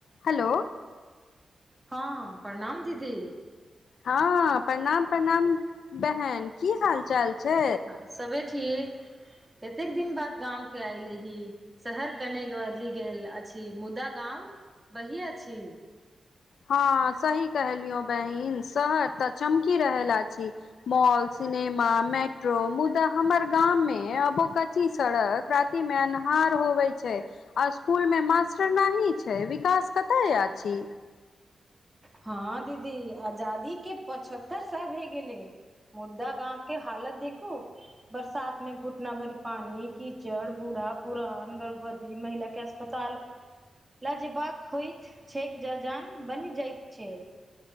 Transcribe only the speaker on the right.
हँ, प्रणाम दीदी।
सबे ठीक। कते दिन बाद गाम के ऐले रही, शहर कनेक बदलि गेल। अछि मुदा गामा वहि अछि।
हँ दीदी, आजादी के पचहत्तर साल भए गेलै। मुदा गाँव के हालत देखू बरसात मे घुटना भरि पानी, कीचड़, बूढ़ा, पुरान गर्भवती महिला कैसे अस्पताल ल जयबाक होइत छैक त जान पर बनि जाइत छै।